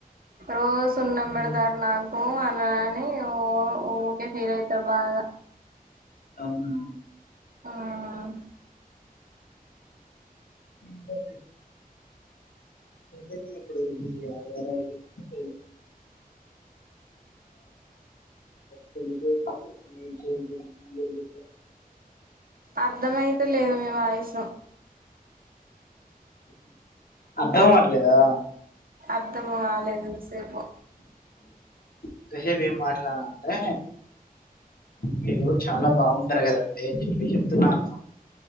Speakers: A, on the right; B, on the left.
A: రోజు సున్నాంబడతారు
B: ఉమ్,
A: నాకు అనని ఓ ఊకే ఫీల్ అయితారు బాగా
B: అవునా
A: మ్మ్
B: ే అంటే మీరు ఇప్పుడు మీ <unintelligible> పెళ్ళి చేసినపుడు మీరు <unintelligible>
A: అర్థమైత లేదు మీ వాయిస్
B: అర్థం అవవట్లేదా
A: అర్థం కాలేదు ఇంతసేపు
B: ఇంతసేపు ఏం మాట్లాడా అంటే మీరు చాలా బాగుంటారు కదండి చెప్పి చెప్తున్నాను